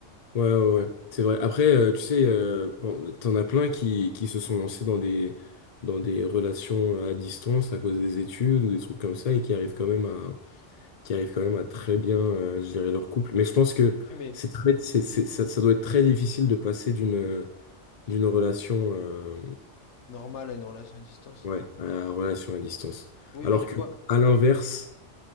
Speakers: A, on the left; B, on the left.
A: ouais, ouais, ouais. C'est vrai. Après, euh, tu sais, euh, pen- t'en as plein qui, qui se sont lancés dans des, dans des relations à distance à cause des études ou des trucs comme ça et qui arrivent quand même qui arrivent quand même à très bien euh, gérer leur couple. Mais je pense que
B: Oui, Mais
A: c'est très, c'est, c'est- ça, ça doit être très difficile de passer d'une euh, d'une relation, euh,
B: normal à une relation à distance.
A: ouais, à la relation à distance.
B: Oui,
A: Alors
B: mais tu
A: que
B: vois,
A: à l'inverse,